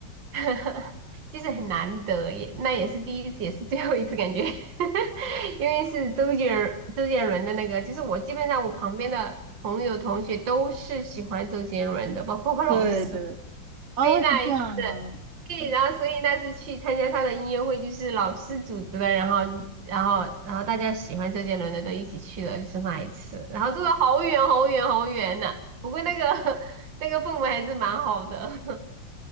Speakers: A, on the right; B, on the right.
A: <laughs> 就是很难得，也那也是第一次，也是最后一次感觉，<laughs> 因为是周杰伦周杰伦的那个，就是我基本上我旁边的朋友同学都是喜欢周杰伦的，包括我老师，
B: 对对，哦，
A: 所以那一次，
B: 是这样吗？
A: 对，
B: 对，
A: 然后所以那次去参加他的音乐会，就是老师组织的，然后然后然后大家喜欢周杰伦的都一起去了，就是那一次，然后坐的好远好远好远呐、不过那个 <laughs> 那个氛围还是蛮好的，